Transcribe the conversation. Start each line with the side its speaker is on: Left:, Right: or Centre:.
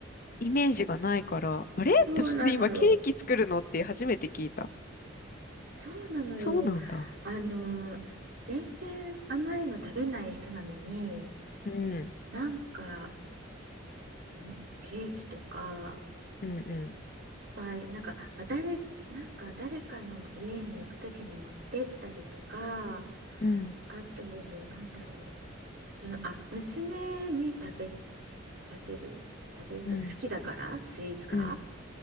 Left: イメージがないから、あれって思
Right: そうなのよ。
Left: <laughs> 今ケーキ作るのって初めて聞いた。
Right: そうなのよ。
Left: そうなんだ。
Right: あのー全然甘いの食べない人なのに、
Left: うん、
Right: なんかいケーキとか
Left: うん、うん、
Right: いっぱいなんか、まあ誰なんか誰かの家に行く時に持ってったりとか
Left: うん、
Right: あとなんだろうそのあ娘に食べさせる食べる人が好きだからスイーツが
Left: うん、うん。